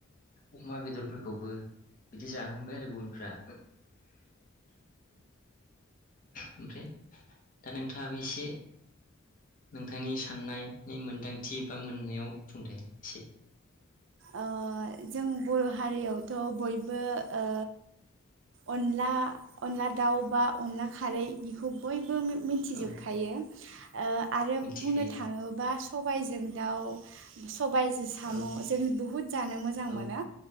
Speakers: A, on the left; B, on the right.
A: अमा बेदरफोरखौबो बिदि जानो हमबाय आरो गुबुनफ्रा। ओमफ्राय दा नोंथाङाबो एसे नोंथांनि साननायनि मोन्दांथि बा मोननायाव बुंदे एसे।
B: ओ जों बर' हारियावथ' बय बो ओ अनला अनला दाव दाउ बा अनला खारै बिखौ बयबो मि मिथिजोबखायो
A: औ
B: ओ आरो
A: मिथिखायो
B: बुंनो थाङोबा सबायजों दाउ सबायजो साम'
A: औ
B: जों बुहुत जानो मोजां
A: औ
B: मोनो